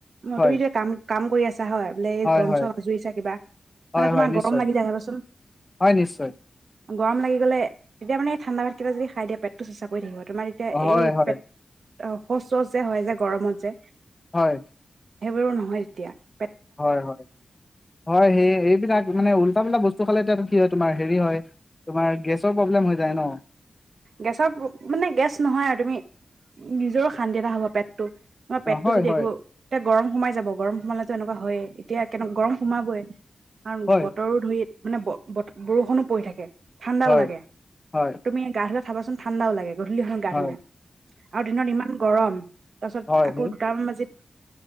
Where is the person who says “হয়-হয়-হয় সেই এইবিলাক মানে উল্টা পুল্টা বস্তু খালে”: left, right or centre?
Left